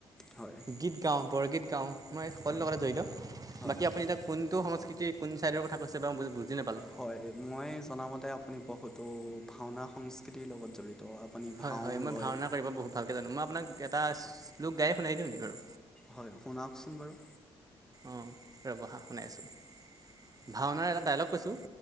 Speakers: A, in the centre; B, on the right.
A: হয়,
B: গীত গাওঁ, বৰগীত গাওঁ, মই স'ৰু
A: হয়,
B: লগতে জড়িত,
A: হয়,
B: বাকী আপুনি এতিয়া কোনটো সংস্কৃতিৰ কোন ছাইডৰ কথা কৈছে বা মই নাপালোঁ
A: হয় মই জনামতে আপুনি বহুতো ভাওনা সংস্কৃতিৰ লগত জড়িত। আপুনি
B: হয়
A: ভাও
B: হয় মই
A: লয়।
B: ভাওনা কৰিব বহুত ভালকে জানো, মই আপোনাক এটা
A: হয়,
B: লোক গায়ে শুনাই দিওঁ নেকি বাৰু?
A: হয় শুনাওকচোন বাৰু।
B: অঁ ৰ'বহা শুনাই আছোঁ, ভাওনাৰ এটা ডাইলগ কৈছোঁ,